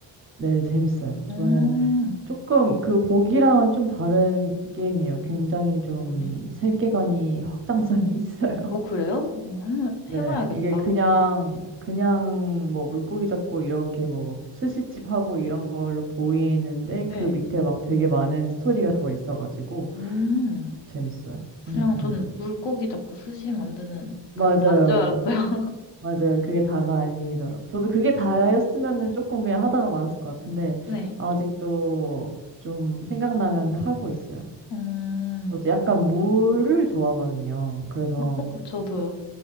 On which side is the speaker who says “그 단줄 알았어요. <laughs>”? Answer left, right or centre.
Left